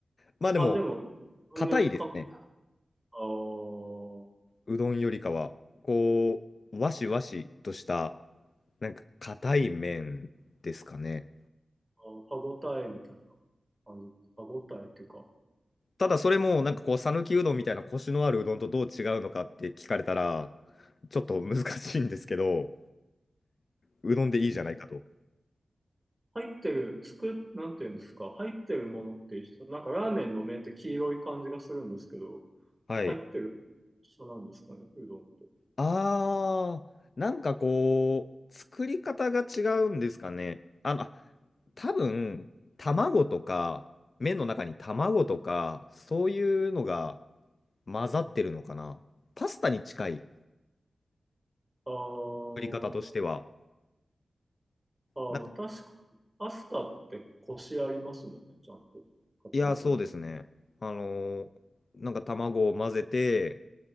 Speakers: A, on the left; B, on the right.
A: まあでも、
B: あ、でも、同じ感
A: 硬いですね。
B: あー
A: うどんよりかは。こう、わしわしとした、なんか硬い麺ですかね。
B: あー、歯ごたえみたいな感じ。歯ごたえっていうか、
A: ただそれもなんかこう、讃岐うどんみたいなコシのあるうどんとどう違うのかって聞かれたら、ちょっと難しいんですけど、うどんでいいじゃないかと。
B: 入ってる、つく、なんていうんですか、入ってるものって一緒、なんかラーメンの麺って黄色い感じがするんですけど、
A: はい。
B: 入ってる一緒なんですかね、うどんと。
A: あー、なんかこう、作り方が違うんですかね。あの、あ多分、卵とか、麺の中に卵とか、そういうのが混ざってるのかな。パスタに近い
B: あー
A: 作り方としては。
B: あー、
A: なんか、
B: まあ確かに。パスタってコシありますもんね、ちゃんと。硬いっていう。
A: いや、そうですね。あのーなんか卵を混ぜて、